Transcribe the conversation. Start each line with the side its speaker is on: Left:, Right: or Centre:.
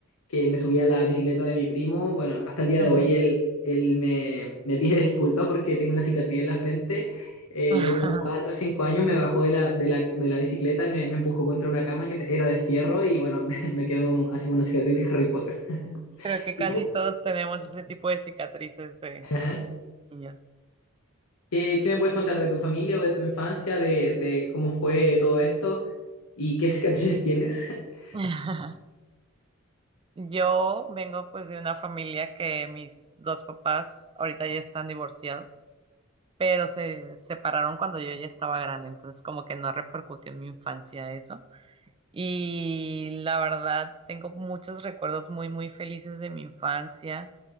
Left: que me subí a la bicicleta de mi primo. Bueno, hasta el día de
Right: Ujú.
Left: hoy él, él me, me pide disculpa porque tengo una cicatriz en la frente. Eh,
Right: <laughs>
Left: yo con cuatro o cinco años me bajó de la, de la, de la bicicleta y me, me empujó contra una cama que te- era de fierro y bueno, <laughs> me quedó un- así como una cicatriz de Harry Potter.
Right: Creo que casi
Left: ¿Y tú?
Right: todos tenemos ese tipo de cicatrices de
Left: Ajá.
Right: niños.
Left: ¿Qué, qué me puedes contar de tu familia o de tu infancia, de, de cómo fue todo esto y qué cicatrices tienes? <laughs>
Right: <laughs> Yo vengo pues de una familia que mis dos papás ahorita ya están divorciados, pero se separaron cuando yo ya estaba grande, entonces como que no repercutió en mi infancia eso. Y la verdad, tengo muchos recuerdos muy, muy felices de mi infancia.